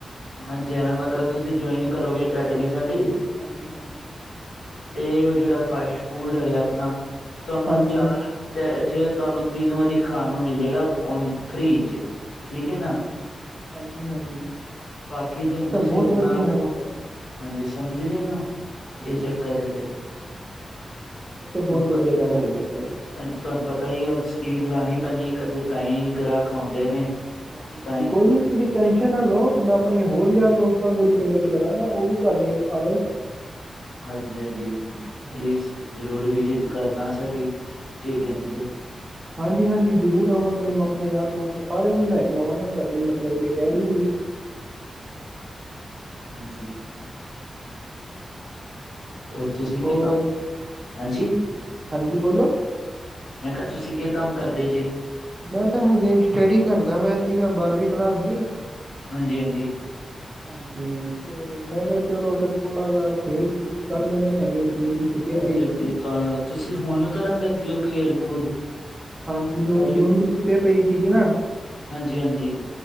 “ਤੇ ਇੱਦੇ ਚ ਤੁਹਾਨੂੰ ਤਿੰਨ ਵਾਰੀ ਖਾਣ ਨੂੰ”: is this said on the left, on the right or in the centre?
Left